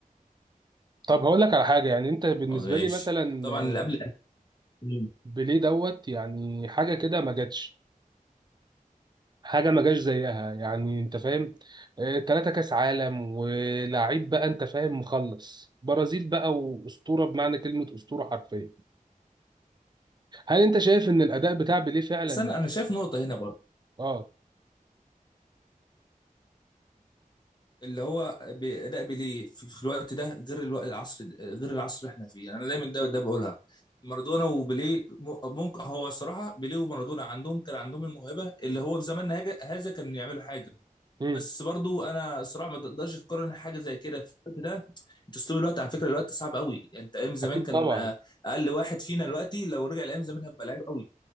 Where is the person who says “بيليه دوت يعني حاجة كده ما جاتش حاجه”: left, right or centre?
Right